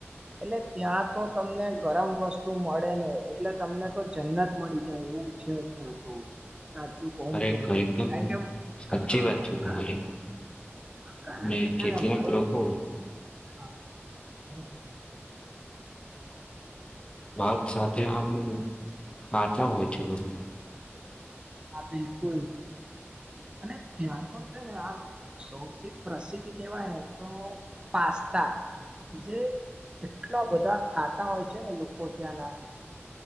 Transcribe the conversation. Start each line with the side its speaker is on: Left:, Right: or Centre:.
Right: એટલે ત્યાં તો તમને ગરમ વસ્તુ મળે ને એટલે તમને તો જન્નત મળી જાય, એવું છે ત્યાં તો સાચું કોણ
Left: ખરેખર
Right: તો
Left: એકદમ
Right: થાય કેમ
Left: સાચી
Right: હા
Left: વાત છે તમારી
Right: કારણ
Left: અને
Right: કે છે
Left: કેટલાક
Right: ને, મારો
Left: લોકો
Right: એક હા બબ
Left: વાત સાથે આમ ખાચા હોય છે, બધા
Right: હા, બિલકુલ અને ત્યાં તો છે ને આ સૌથી પ્રસિદ્ધ કહેવાય ને તો પાસ્તા જે એટલા બધા ખાતા હોય છે ને લોકો ત્યાંના